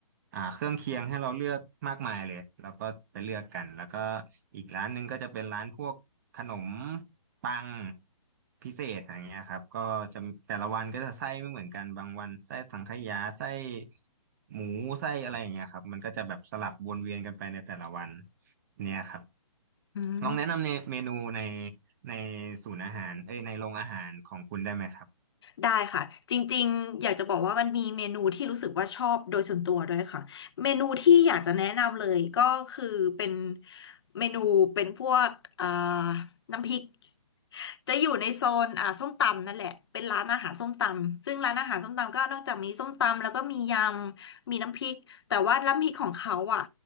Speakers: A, on the right; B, on the left.
A: อ่าเครื่องเคียงให้เราเลือกมากมายเลยแล้วก็ไปเลือกกันแล้วก็อีกร้านหนึงก็จะเป็นร้านพวก ขนม ปัง พิเศษอย่างเงี้ยครับก็จะแต่ละวันก็จะไส้ไม่เหมือนกัน บางวัน ไส้สังขยา ไส้ หมู ไส้อะไรอย่างเงี้ยครับมันก็จะแบบสลับวนเวียนกันไปในแต่ละวันเนี่ยครับ
B: อืม
A: ลองแนะนำในเมนูในในศูนย์อาหารเอ้ยในโรงอาหารของคุณได้ไหมครับ
B: ได้ค่ะจริงๆอยากจะบอกว่ามันมีเมนูที่รู้สึกว่าชอบโดยส่วนตัวด้วยค่ะเมนูที่อยากจะแนะนำเลยก็คือเป็นเมนูเป็นพวกเอ่อน้ำพริกจะอยู่ในโซนอ่าส้มตำนั่นแหละเป็นร้านอาหารส้มตำซึ่งร้านอาหารส้มตำก็นอกจากมีส้มตำแล้วก็มียำมีน้ำพริกแต่ว่าน้ำพริกของเขาอ่ะ